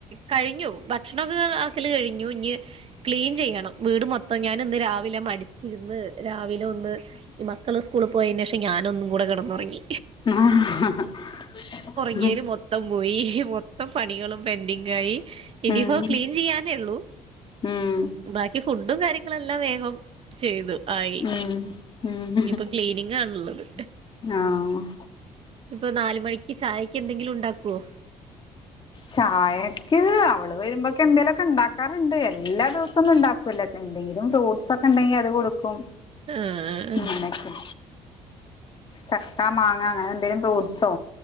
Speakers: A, on the right; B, on the left.
A: കഴിഞ്ഞു ഭക്ഷണമൊക്കെ ആക്കല് കഴിഞ്ഞു ഇഞ്ഞ് ക്ലീൻ ചെയ്യണം വീട് മൊത്തം ഞാന് ഇന്ന് രാവിലെ മടിച്ച ച്ചിരുന്ന് രാവിലെ ഒന്ന് ഈ മക്കൾ സ്കൂളിൽ പോയതിനു ശേഷം ഞാനൊന്നും കൂടെ കിടന്നുറങ്ങി
B: ആഹ
A: ഇങ്ങല് മൊത്തം പോയി മൊത്തം പണികളും പെൻഡിങ്ങ ആയി ഇനിയിപ്പോ
B: ഉം
A: ക്ലീൻ ചെയ്യാനേ ഉള്ളൂ
B: ഉം
A: ബാക്കി ഫുഡും കാര്യങ്ങളുംല്ലാം വേഗം ചെയ്തു. ആയി
B: ഉം ഉം
A: ഇനിയിപ്പോ ക്ലീനിങ് ആണുള്ളത്
B: ആഹ്
A: ഇപ്പൊ നാല് മണിക്ക് ചായക്ക് എന്തെങ്കിലും ഉണ്ടാക്കുവോ?
B: ചായക്ക് അവള് വരുമ്പോക്കെ എന്തേലുമൊക്കെ ഉണ്ടാക്കാറുണ്ട് എല്ലാ ദിവസം ഒന്നും ഉണ്ടാക്ക ക്കെ എന്തെങ്കിലും ഫ്രൂട്ടസ് ഒക്കെ ഉണ്ടെങ്കി അത് കൊടുക്കും
A: ആഹ്
B: ഇങ്ങനെയൊക്കെ ചക്ക മാങ്ങ അങ്ങനെ എന്തെങ്കിലും ഫ്രൂട്സോ